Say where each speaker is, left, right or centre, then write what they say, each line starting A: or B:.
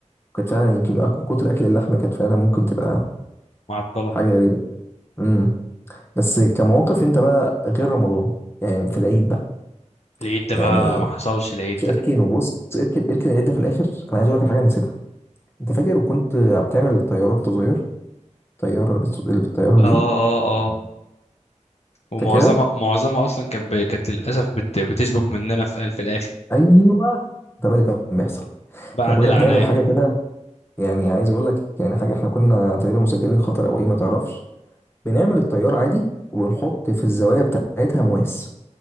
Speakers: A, on the left; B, on the left.
A: وكانت فعلا يمكن أك- كتر اكل اللحمة كانت فعلا ممكن تبقى
B: معضله
A: حاجة غريبة امم بس كمواقف انت بقى غير رمضان يعني في العيد بقى
B: العيد ده
A: يعني
B: بقى ما حصلش العيد ده
A: اركنه بص اركن اركن العيد ده في الاخر انا عايز اقول لك على حاجة نسيتها انت فاكر وكنت بتعمل طيارات وانت صغير الطياره اللي بتس- اللي بالطياره
B: اه
A: دي
B: اه اه ومعظمها
A: فاكرها
B: معظمها اصلا كانت ب- كانت للاسف بت... بتشبك مننا في في الاخر
A: ايوه ده بقى اللي كان بيحصل
B: بعد
A: احنا كنا
B: العناء
A: بنعمل حاجه كده يعني عايز اقول لك يعني حاجه احنا كنا تقريبا مسجلين خطر او ايه ما تعرفش بنعمل الطياره عادي وبنحط في الزوايا بتاعتها مواس